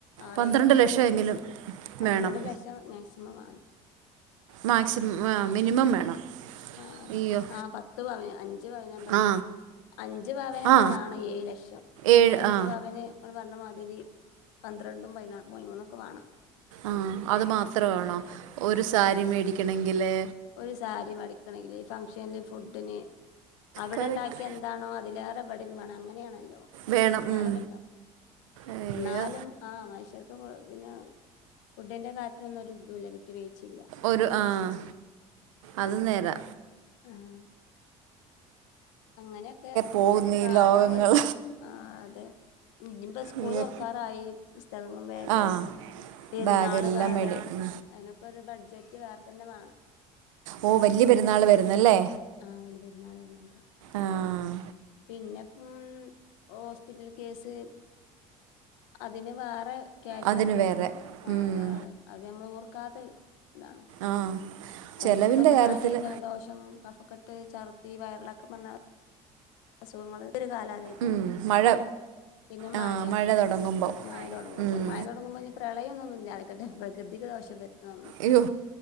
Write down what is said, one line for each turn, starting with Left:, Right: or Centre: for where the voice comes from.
Left: അറേഴ്
Right: പന്ത്രണ്ട്
Left: ലക്ഷം
Right: ലക്ഷമെങ്കിലും
Left: വാണം. പന്ത്രണ്ട്
Right: വേണം
Left: ലക്ഷം മാക്സിമം വാണം
Right: മാക്സിമം മിനിമം വേണം
Left: ആഹ്
Right: അയ്യോ
Left: ആഹ് പത്ത് പവന് അഞ്ച് പവന് ഞാ പ
Right: ആ
Left: അഞ്ച് പവനന്നെ
Right: ആ
Left: വേണം ഏഴ് ലക്ഷം
Right: ഏഴ്
Left: പത്ത്
Right: ആ
Left: പവന് ഇങ്ങ്ള് പർഞ്ഞ മാതിരി പന്ത്രെണ്ടും പയ്നാ പൈമൂന്നൊക്കെ വാണം
Right: ആഹ് അത് മാത്രവാണോ ഒരു സാരി മേടിക്കണെങ്കില്
Left: ഒരു സാരി വാടിക്കണെങ്കില് ഫങ്ഷൻല് ഫുഡിന് അവിടെ
Right: കറക്റ്റ്
Left: ഇണ്ടാക്കിയ എതാണോ അതിലേറെ ഇവടിം വേണം അങ്ങനെയാണല്ലോ
Right: വേണം
Left: കാലഘട്ടം
Right: ഉം. അയ്യോ
Left: ന്നാലും ആഹ് മനുഷ്യർക്ക് പിന്നെ ഫുഡിന്റെ കാര്യത്തിലൊന്നും ഒരു ഇതൂല്ല വിട്ട് വീഴ്ച്ചില്ല
Right: ഒരു ആഹ് അത് നേരാ
Left: ആഹ് അങ്ങനെയൊക്കെ
Right: പോകുന്നു
Left: കാലം
Right: ഈ ലോകങ്ങൾ
Left: ഒരോ ആഹ് അത് ഇനിമ്പ സ്കൂള്
Right: അയ്യോ
Left: തൊർക്കാറായി പുസ്തങ്ങളും ബേഗ്
Right: ആഹ്
Left: പെര്ന്നാള്
Right: ബാഗെല്ലാം
Left: വേറെ
Right: മേടി ഉം
Left: അയ്നൊക്കെ ഒരു ബഡ്ജറ്റ് വേറ തന്നെ വേണം
Right: ഓ വല്യ പെരുന്നാള് വരുന്നല്ലേ
Left: ആഹ് വല്യ പെര്ന്നാള് <unintelligible>
Right: ആഹ്
Left: പിന്നെപ്പം ഓസ്പിറ്റൽ കേസ് അതിന് വേറെ ക്യാഷ്
Right: അതിന്
Left: ഞമ്മള്
Right: വേറെ
Left: ആഹ്
Right: ഉം
Left: വേറെ അത് മ്മള് ഓർക്കാത്ത ഇതാണ്.
Right: ആഹ്
Left: പ്പ
Right: ചെലവിൻ്റെ
Left: ന്നിപ്പം
Right: കാര്യത്തില്
Left: പനി, ജലദോഷം, കഫക്കെട്ട്, ചർത്തി വയറിളക്കം വന്നാ അസുഖങ്ങള് ഒരു കാലാ വരുന്നേ
Right: ഉം മഴ
Left: പിന്നെ
Right: ആഹ്
Left: മയ
Right: മഴ തൊടങ്ങുമ്പോ
Left: മയ തൊടങ്ങുമ്പം
Right: ഉം
Left: മഴ തൊടങ്ങുമ്പൊ ഞ്ഞ്‌ പ്രളയൊന്നും ഇല്ലാതക്കട്ടെ പ്ര കൃതിക്ക് ദോഷം വര്ത്ത്ന്ന ഒന്നും
Right: അയ്യോ